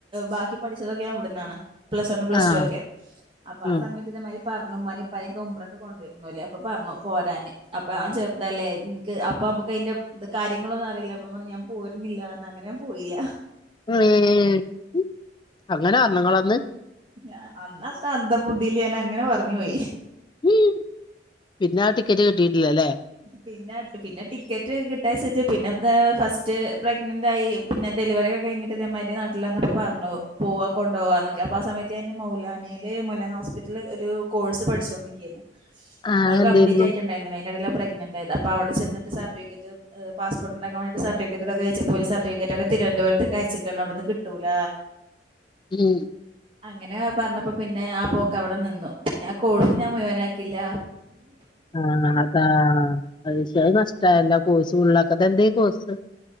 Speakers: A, on the right; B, on the left.
A: ബാക്കി പഠിച്ചതൊക്ക ഞൻവിടന്നാണ് പ്ലസ് വണ്ൺ പ്ലസ്
B: ആഹ്
A: ടു ഒക്കെ അപ്പൊ ആ
B: ഉം
A: സമയത്ത് ഇതേമാതിരി പറഞ്ഞു ഉമ്മാനി ഇപ്പനൊക്കെ ഉമ്മറൊക്കെ കൊണ്ട് ല്ലേ അപ്പൊ പറഞ്ഞു പോരാന് അപ്പൊ ആൻ ചെറുതല്ലേ നിനിക്ക് അപ്പൊ നമുക്ക് അതിന്റെ ഇത് കാര്യങ്ങളൊന്നും അറിയില്ല അപ്പൊ പിന്നെ ഞാൻ പറഞ്ഞു പോര്ന്നില്ല അങ്ങനെ ഞാൻ പോയില്ല
B: <unintelligible> അങ്ങനെ പറഞ്ഞോ ങൾ അന്ന്
A: ഞ അന്നാത്തെ അധ ബുദ്ധിയില് ഞാൻ അങ്ങനെ പറഞ് പോയി
B: ഉം പിന്നെ ആ ടിക്കറ്റ് കിട്ടിയിട്ടില്ലല്ലേ
A: പിന്നെ പിന്നെ ടിക്കറ്റ് കിട്ടാ ശച്ച പിന്നെ ഫസ്റ്റ് പ്രഗ്നന്റ് ആയി പിന്നെ ഡെലിവറി ഒക്കെ കഴിഞ്ഞിട്ട് അതേമാതിരി നാട്ടിൽന്നപ്പോ പറഞ്ഞു പോ പോവാ കൊണ്ട പോവാന്നൊക്കെ അപ്പൊ ആ സമയത്ത് ഞാാന് മൗലാനയില് മലാന ഹോസ്പിറ്റലില് ഒരു കോഴ്സ് പഠിച്ചുകൊണ്ടിരികെനി
B: ആഹ്
A: അത്
B: അതെന്തായിരുന്നു
A: കംപ്ലീറ്റ് ആയിട്ടുണ്ടായിരുന്നു അന്റെഇടയില പ്രഗ് ന്റ് ആയത് അപ്പ അവിടെ ചിട്ട സർട്ടിഫറ്റ് പാസ് പോർട്ട് ഉണ്ടാക്കാൻവേണ്ട് സർട്ടഫിക്കറ്റ്ക്കെച്ച സർട്ടഫിക്കറ്റ്ക്കെ തിവന്തപു കഴിച്ച് ക്നു അവിടന്ന് കിട്ടൂല
B: ഉം
A: അങ്ങനെ പറഞ്ഞപ്പോ പിന്നെ ആ പോക്കെ അവിടെ നിന്നു പിന്നെ ആ കോഴ്സ് ഞാൻ മുഴുവനാകില്ല
B: ആ അതാ അയിഷ് അത് നഷ്ടായല്ലോ കോഴ്സ് ഫുള്ളാകാതെ എന്ത ഈ കോഴ്സ്